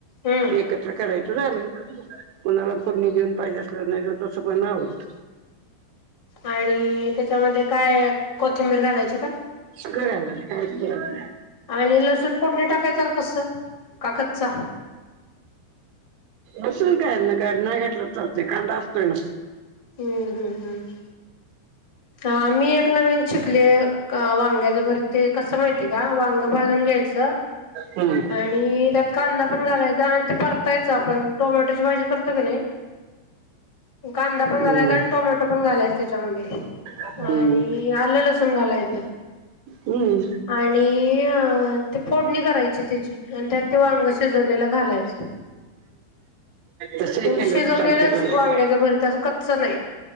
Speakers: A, on the left; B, on the right.
A: हम्म
B: एकत्र करायच. तर झाल कोणाला फोडणी देऊन पाहिजे असलं नाही तर तस पण आवडत.
A: आणि त्याच्यामध्ये काय कोथिंबीर घालायची का?
B: घरी आल्यावरती काय करायचं.
A: आणि लसूण फोडणी टाकायच का कस का कच्चा.
B: लसूण काय नाही काय नाय घातला चालतोय कांदा असतोय ना.
A: हम्म हम्म हम्म हा मी एक नवीन शिकत. आपले वांग्याच भरीत ते कसं माहितीय का वांग भाजून घ्यायचं.
B: हम्म
A: आणि त्यात कांदा पण घालायचा आणि ते परतायच आपण टोमॅटोची भाजी करतो की नाही. कांदा पण
B: हम्म
A: घालायचा आणि टोमॅटो पण घालायच त्याच्यामध्ये
B: हम्म
A: आणि आलं लसूण घालायचं.
B: हम्म
A: आणि ते फोडणी करायची त्याची त्यात ते वांग शिजवलेलं. घालायचं
B: तसंही
A: म्हणजे
B: केलं
A: शिजवलेलंच
B: तर चालतंय पण
A: वांग्याचं भरीत असं. कच्च नाही